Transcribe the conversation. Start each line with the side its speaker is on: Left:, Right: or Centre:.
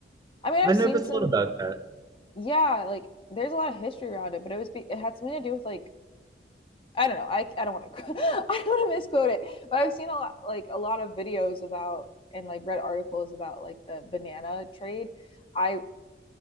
Left: I mean, I've
Right: I never
Left: seen
Right: thought
Left: some,
Right: about that.
Left: yeah, like there's a lot of history around it, but it was be, it had something to do with like I don't know. I I don't want to <laughs> I don't want to misquote it, but I've seen a lot like a lot of videos about and like read articles about like the banana trade. I